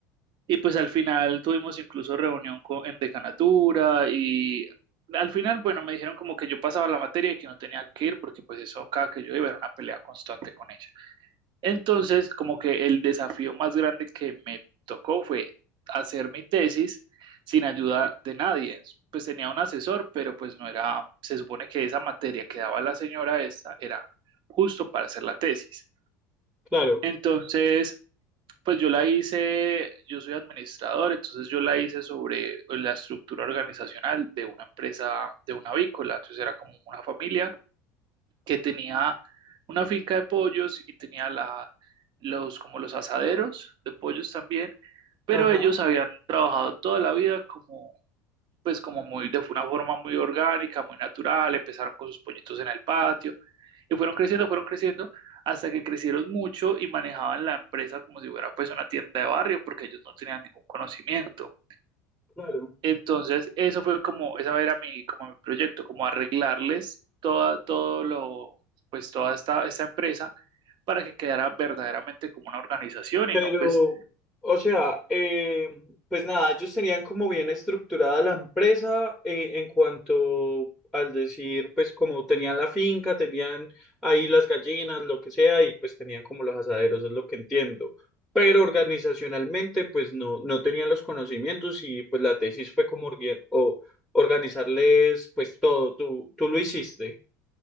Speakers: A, on the right; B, in the centre.
A: y pues al final tuvimos incluso reunión con, en decanatura y al final, bueno, me dijeron como que yo pasaba la materia y que no tenía que ir porque pues eso cada que yo iba era una pelea constante con ella. Entonces, como que el desafío más grande que me tocó fue hacer mi tesis sin ayuda de nadie. Pues tenía un asesor, pero pues no era, se supone que esa materia que daba la señora esta era justo para hacer la tesis.
B: claro.
A: Entonces, pues yo la hice, yo soy administrador, entonces yo la hice sobre la estructura organizacional de una empresa, de una avícola, entonces era como una familia que tenía una finca de pollos y tenía la, los, como los asaderos de pollos también, pero
B: Ajá,
A: ellos habían trabajado toda la vida como, pues como muy, de una forma muy orgánica, muy natural, empezaron con sus pollitos en el patio y fueron creciendo, fueron creciendo hasta que crecieron mucho y manejaban la empresa como si fuera pues una tienda de barrio porque ellos no tenían ningún conocimiento.
B: claro.
A: Entonces, eso fue como, esa era mi, como mi proyecto, como arreglarles toda, todo lo, pues toda esta, esta empresa para que quedara verdaderamente como una organización y
B: Pero,
A: no, pues,
B: o sea, eh, pues nada, ellos tenían como bien estructurada la empresa eh, en cuanto al decir, pues como tenían la finca, tenían ahí las gallinas, lo que sea, y pues tenían como los asaderos, es lo que entiendo. Pero organizacionalmente, pues no, no tenían los conocimientos y pues la tesis fue como orgue- o organizarles pues todo, tú, tú lo hiciste.